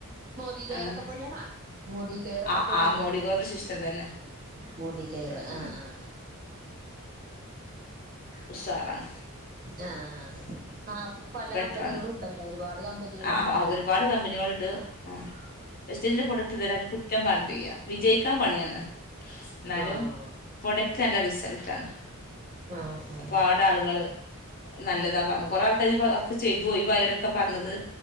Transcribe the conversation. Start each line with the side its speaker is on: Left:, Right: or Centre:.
Right: ദി കയറൊക്കെ
Left: അങ്ങനെ
Right: പോലെയാണാ മോദി കെയറൊക്കെ
Left: ആഹ്
Right: പോലെയാണാ
Left: ആഹ് മോഡികെയറിന്റെ സിസ്റ്റം തന്നെ
Right: മോദി കെയറ് ആ
Left: ഉം
Right: ആ ആ
Left: ഉഷാറാണ്
Right: ആ ആ ആ ആപ്പൊ പല
Left: ബെറ്ററാണ്
Right: കമ്പനികളും ഉണ്ടല്ലോ ഒരുപാട് കമ്പനികള്
Left: ആ
Right: ഉണ്ടല്ലാ
Left: ഒരുപാട് കമ്പനികളുണ്ട് ആ വെസ്റ്റേജിന്റെ പ്രൊഡക്റ്റ് ഇതുവരെ ആരും കുറ്റം പർഞ്ഞിട്ടില്ല്യാ വിജയിക്കാൻ പണിയാണ് ന്നാലും
Right: ആഹ്
Left: പ്രൊഡക്റ്റ് നല്ല റിസൽറ്റാണ്
Right: ആഹ് ആഹ്
Left: പ്പാട് ആളുകള് നല്ലതാ പറഞ്ഞു കൊറേ ആൾ കൈ <unintelligible> ചെയ്തു ഒയിവായവരൊക്കെ പറഞ്ഞത്